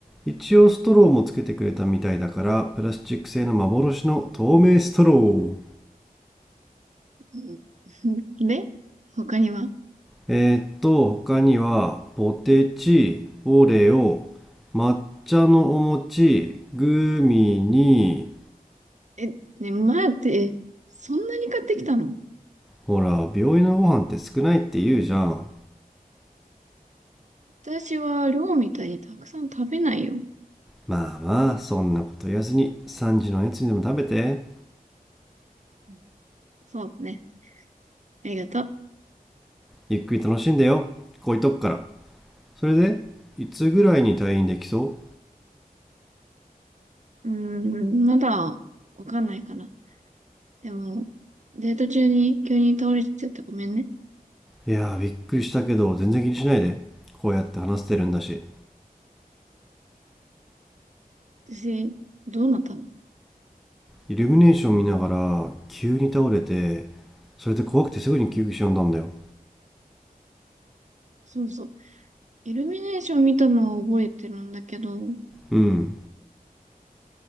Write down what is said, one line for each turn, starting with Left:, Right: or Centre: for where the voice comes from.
Centre: 一応ストローもつけてくれたみたいだから、プラスチック製の幻の透明ストロー。
Right: うん、<laughs> で、他には
Centre: えーっと、他には、ポテチ、オレオ、抹茶のお餅、グミに、
Right: え、ね、待って、えそんなに買ってきたの
Centre: ほら、病院のご飯って少ないって言うじゃん。
Right: 私は量みたいにたくさん食べないよ。
Centre: まあまあ、そんなこと言わずに、3時のおやつにでも食べて、
Right: うんそうね。ありがとう。
Centre: ゆっくり楽しんでよ。こういうとこから。それで、いつぐらいに退院できそ
Right: うーん、まだわかんないかな。でも、デート中に急に倒れちゃってごめんね。
Centre: ういやー、びっくりしたけど、全然気にしないで。こうやって話してるんだし。
Right: 私、どうなったの
Centre: イルミネーション見ながら、急に倒れて、それで怖くてすぐに救急車呼んだんだよ。
Right: そうそう。イルミネーション見たのは覚えてるんだけど、
Centre: うん、